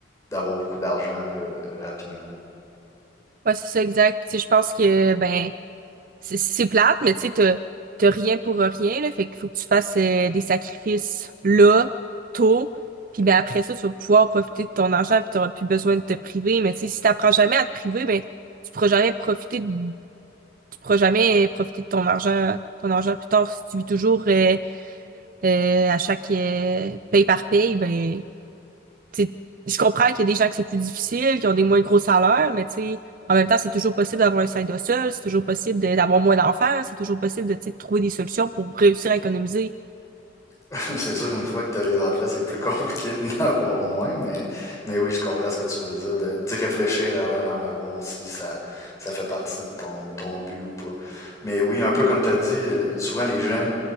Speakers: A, on the left; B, on the right.
A: d'avoir beaucoup d'argent là, rapidement.
B: Ouais, c'est ça, exact. Tu sais, je pense que, ben, c'est c'est plate, mais tu sais, t'as t'as rien pour rien, là. Fait qu'il faut que tu fasses euh, des sacrifices là, tôt. Puis ben après ça, tu vas pouvoir profiter de ton argent puis t'auras plus besoin de te priver. Mais tu sais, si t'apprends jamais à te priver, ben tu pourras jamais profiter de, tu pourras jamais profiter de ton argent, ton argent plus tard si tu vis toujours euh, Euh, à chaque euh, paye par paye, ben, tu sais, je comprends qu'il y a des gens que c'est plus difficile, qui ont des moins gros salaires, mais tu sais, en même temps, c'est toujours possible d'avoir un side hustle, c'est toujours possible de- d'avoir moins d'enfants, c'est toujours possible de, tu sais, de trouver des solutions pour réussir à économiser
A: <laughs> C'est sûr qu'une fois que tu as les enfants, c'est plus compliqué d'en <laughs> avoir moins, mais, mais oui, je comprends ce que tu veux dire, de- d'y réfléchir avant d'en avoir, si ça, ça fait partie de ton, ton but ou pas. Mais oui, un peu comme tu as dit, euh, souvent les gens,